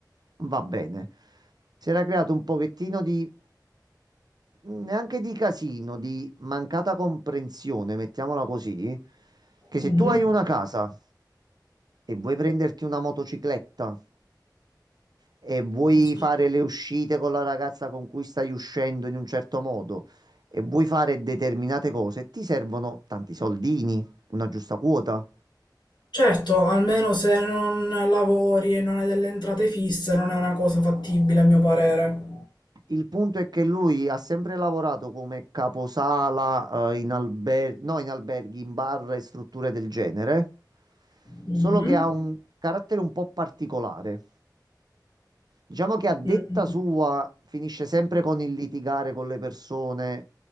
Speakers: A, on the right; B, on the left.
A: va bene si era creato un pochettino di, mm, neanche di casino, di mancata comprensione, mettiamola così, che se
B: Mhm.
A: tu hai una casa e vuoi prenderti una motocicletta e vuoi
B: Sì.
A: fare le uscite con la ragazza con cui stai uscendo in un certo modo e vuoi fare determinate cose, ti servono tanti soldini, una giusta quota.
B: Certo, almeno se non lavori e non hai delle entrate fisse non è una cosa fattibile a mio parere.
A: Il punto è che lui ha sempre lavorato come caposala, eh, in alber- no, in alberghi, in bar e strutture del genere,
B: Mhm.
A: solo che ha un carattere un po' particolare. Diciamo che a detta
B: Mm.
A: sua finisce sempre con il litigare con le persone